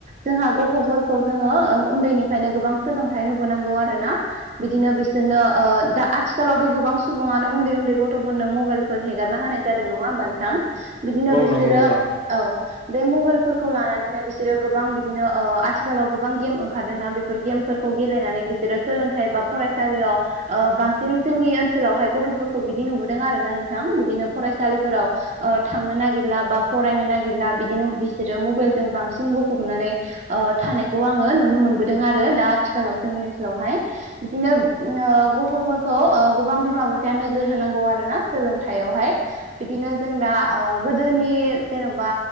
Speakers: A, on the right (about 35°); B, on the left (about 25°).
A: जोंहा गथ'फोरखौ जोङो ओ उन्दैनिफ्रायनो गोबां सोलोंथाइ होबोनांगौ आरो ना। बिदिनो बिसोरनो ओ दा आथिखालाव गोबां सुबुङानो उन्दै उन्दै गथ'फोरनो मबाइलफोर हेगारना होनाय जादों नङा होमबा नोंथां? बिदिनो
B: औ
A: बिसोरो
B: नंगौ नोंथां
A: औ। बे मबाइलफोरखौ लानानैनो बिसोरो गोबां बिदिनो ओ आथिखालाव गोबां गेम ओंखारदोंना बे बे गेमफोरखौ गेलेनानै बिसोरो सोलोंथाइ बा फरायसालियाव ओ बांसिन जोंनि ओनसोलावहाय गथ'फोरखौ बिदि नुबोदों आरोना नोंथां, बिदिनो फरायसालिफोराव ओ थांनो नागिरला बा फरायनो नागिरला बिदिनो बिसोरो मबाइलजों बांसिन बुंफबनानै ओ थानायखौ आङो नुनो मोनबोदों आरो दा आथिखालाव जोंनि ओनसोलावहाय। बिदिनो ओ गथ'फोर खौ ओ गोबां बिमा बिफाया नोजोर होनांगौ आरोना सोलोंथाइयावहाय। बिदिनो जों दा ओ गोदोनि जेनबा